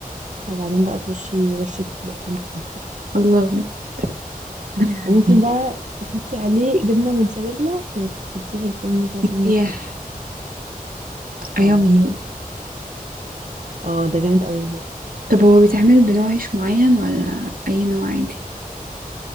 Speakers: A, on the right; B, on the right.
A: وبعدين بقى ترشي رشة بقدونس من فوق
B: الله بجد <laughs>
A: وممكن بقى تحطي عليه جبنة موتزاريلا وتحطيه في الفرن كده ثانية
B: يح
A: تسيح
B: ايامي
A: اه اه ده جامد قوي بجد
B: طب هو بيتعمل بنوع عيش معين ولا اي نوع عادي